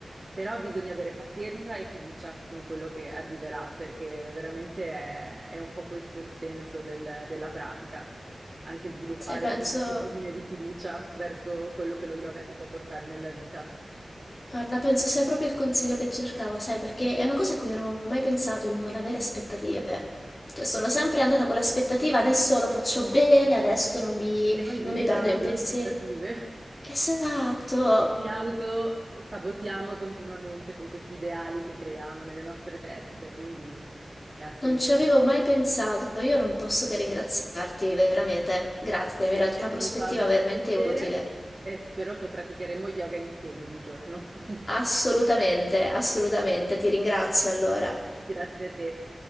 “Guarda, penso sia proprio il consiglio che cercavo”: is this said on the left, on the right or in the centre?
Left